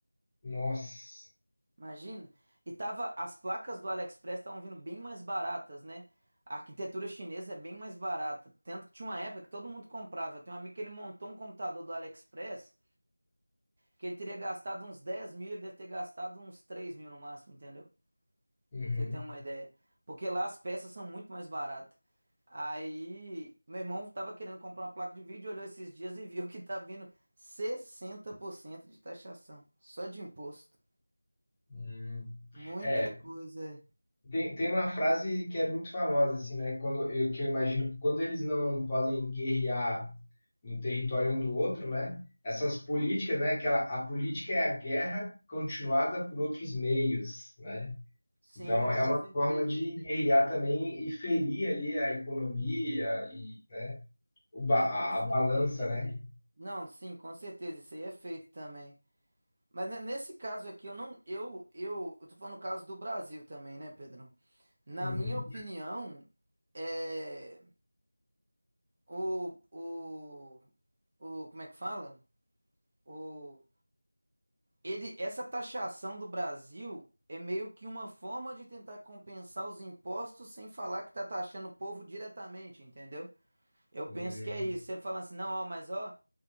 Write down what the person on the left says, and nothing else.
Nossa.
Uhum,
uhum.
É.
Tem, tem uma frase que é muito famosa, assim, né? Quando, eu, que eu imagino que quando eles não podem guerrear no território um do outro, né? Essas políticas, né? Que a, a política é a guerra continuada por outros meios, né?
Então, é
uma
forma de guerrear também e ferir ali a economia e, né? O ba
a,
a balança, né?
Uhum.
Uhum.